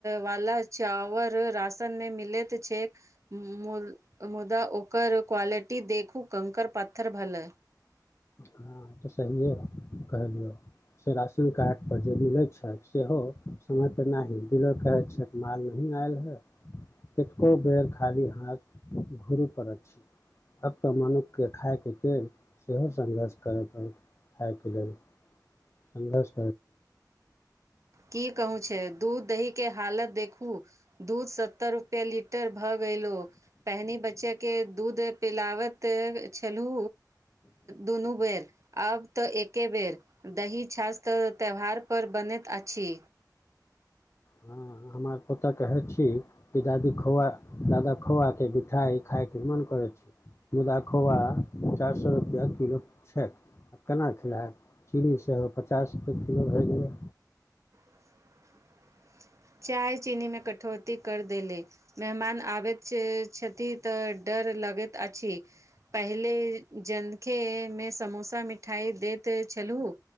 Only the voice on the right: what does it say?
वला चॉवर राशन मे मिलैत त च देख मुदा ओ कर क्या टी देखू कंकड़ पथर भाल
की कहू छै दूध दही के हालत देखू दूध सत्तर रुपए लीटर भऽ गेलो पहिनी बच्चे के दूध पिला बैत छलू दुनू बेर आब त ए एके बेर दही छाछ त त्यौहार पर बनैत अछि
<inaudible> चाय चीनी में कटौती कर देले मेहमान आबैत छै छ इ तऽ डर लगैत अछि पहिले जनखे मे समोसा मिठाई देैत छलहु